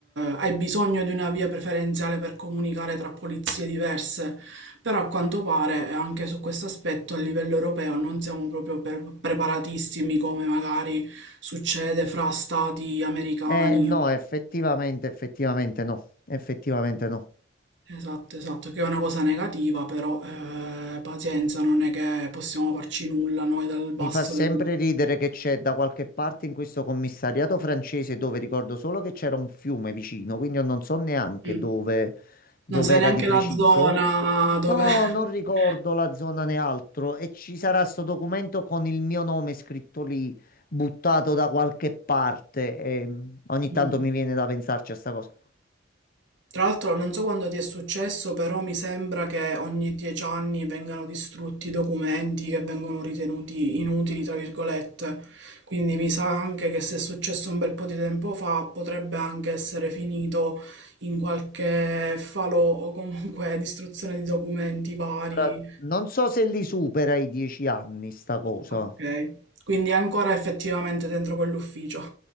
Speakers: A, on the right; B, on the left.
A: hai bisogno di una via preferenziale per comunicare tra polizie diverse. Però a quanto pare eh, anche su questo aspetto a livello europeo non siamo proprio per- preparatissimi come magari succede fra stati americani.
B: Eh no, effettivamente, effettivamente no, effettivamente no.
A: Esatto, esatto, che è una cosa negativa, però eh, pazienza, non è che possiamo farci nulla noi dal basso
B: Mi fa sempre
A: del...
B: ridere che c'è da qualche parte in questo commissariato francese dove ricordo solo che c'era un fiume vicino, quindi io non so neanche
A: Mm.
B: dove, dove
A: Non sai
B: era
A: neanche
B: di preciso.
A: la zona dove...
B: No,
A: <laughs>
B: non ricordo la zona né altro e ci sarà sto documento con il mio nome scritto lì, buttato da qualche parte e mm, ogni
A: Mm.
B: tanto mi viene da pensarci a sta cosa.
A: Tra l'altro non so quando ti è successo, però mi sembra che ogni dieci anni vengano distrutti documenti che vengono ritenuti inutili, tra virgolette. Quindi mi sa anche che se è successo un bel po' di tempo fa, potrebbe anche essere finito in qualche falò o comunque <laughs> distruzione di documenti vari.
B: Ora, non so se li supera i dieci anni sta cosa.
A: Ok. Quindi è ancora effettivamente dentro quell'ufficio.